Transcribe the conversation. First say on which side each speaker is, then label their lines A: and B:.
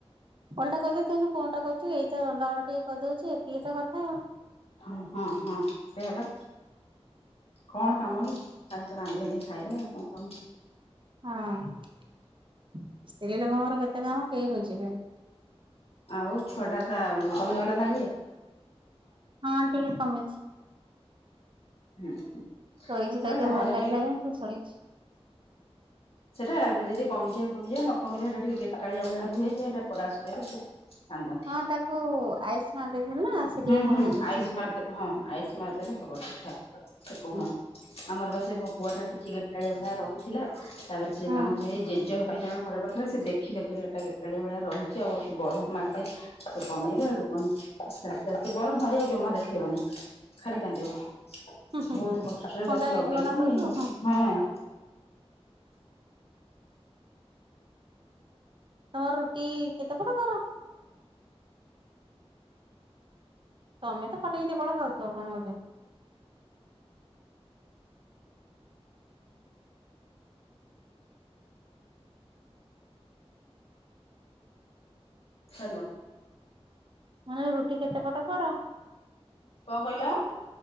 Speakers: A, on the right; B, on the left.
A: ଓଲଟା କହିଦେଇଥାନ୍ତେ କଣଟା କରୁଛି? ଏଇତ ରନ୍ଧାବଢ଼ା ଟିକେ କରିଦଉଛି। ଏତିକି ତ କଥା ଆଉ।
B: ହଁ ହଁ ହଁ। ସେୟାବା। କଣ କାମ କି? ଖାଲି ତ ରାନ୍ଧି ବାଢ଼ିକି ଖାଇବା। ଆଉ କଣ କାମ?
A: ହଁ। ସ୍ତ୍ରୀ ଲୋକଙ୍କର କେତେ କାମ କେହି ବୁଝିବେନି।
B: ଆଉ। ଛୁଆଟା ତା କମିଗଲା ନା ଇୟେ।
A: ହଁ ଟିକେ କମିଛି।
B: ହୁଁ ହୁଁ
A: ଶୋଇଛି।
B: ସେଟା
A: ତାକୁ ଟିକେ
B: ଯାହାହେଲେ
A: ଭଲ ଲାଗିଲା। ଯେ ଉ ସୋଇଛି।
B: ସେଟା ଯଦି କମିଯିବ କମିଯିବା। ନ କମିଲେ ହେଟା ଟିକେ ଗେଟାଳିଆ ଭଳିଆ ରୁହେ ଯେ ହେଟା ପରାସ <unintelligible> କାନ୍ଦନ୍ତି।
A: ହଁ ତାକୁ ଆଇସ୍ ମାରିଦେଇଥିଲି ନା ସେ ଟିକେ
B: ହୁଁ
A: କମି
B: ହୁଁ
A: ଯାଇଛି।
B: ଆଇସ୍ ମାରିଦେ। ହଁ ଆଇସ୍ ମାରିଦେଲେ ହବ ଠିକ୍ ଠାକ୍ ସେ କ
A: ହୁଁ
B: <unintelligible> ଆମର ବା ସେ ମୋ ପୁଆଟା ଟିକେ ଗଟାଳିଆ ଭାର ରହିଥିଲା ତାପରେ ସେ
A: ହୁଁ।
B: ତାଙ୍କ ଯେଇ ଜେ ଯୋହବେ ଜଣେ ଘର ପାଖରେ ସେ ଦେଖିଲେ ଏଇଟା ଗେଟାଳିଆ ଭଳିଆ ରହିଛି ଆଉ ଆକୁ ବରଫ ମାରିଦେ। ସେ କମେଇବା ହେଠୁ ପୁଣି ଆସ୍ତେ ଆସ୍ତେ ଆସ୍ତେ ବରଫ ମାରିବାକୁ ଜମା ଦେଖେଇବନି। ଖାଲି କାନ୍ଦିବ
A: ହୁଁ ହୁଁ
B: ବହୁତ କଷ୍ଟରେ
A: ଥଣ୍ଡା
B: ତାକୁ ଲଗେଇକି
A: ଲାଗିବ ନା ବହୁତ
B: ହଁ
A: ତମର ରୁଟି କେତେ ପଟ କର? ତମେ ତ ପଟେ କି ଦି ପଟ ଖାଉଥିବ କଣ ବୋଧେ।
B: ହେଲୋ।
A: ମାନେ ରୁଟି କେତେ ପଟ କର?
B: କଣ କହିଲ?